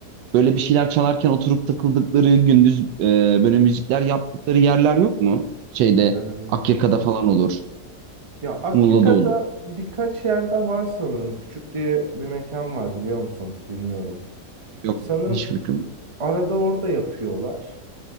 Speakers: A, on the right (about 80°); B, on the right (about 25°).
A: böyle bir şeyler çalarken oturup takıldıkları gündüz e, böyle müzikler yaptıkları yerler yok mu? Şeyde
B: Ee,
A: Akyaka'da falan olur.
B: ya Akyaka'da
A: Muğla'da olur.
B: birkaç yerde var sanırım. Küçük diye bir mekan var biliyor musun? Bilmiyorum.
A: Yok
B: Sanırım
A: hiçbir fikrim yok.
B: arada orada yapıyorlar.